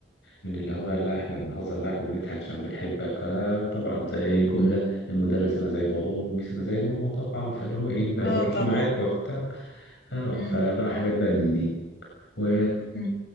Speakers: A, on the left; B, on the left.
A: من اللي هو لا احنا بنهزر معاك وبنضحك عشان بنحبك أنا طبعا زي اي جمله المدرس انا زي بابا والميس انا زي ماما طبعا فاللي هم ايه ما بيهزروش
B: اه طبعا
A: معاك وبتاع اه
B: مم.
A: فبقى حاجات بقى من دي و...
B: مم.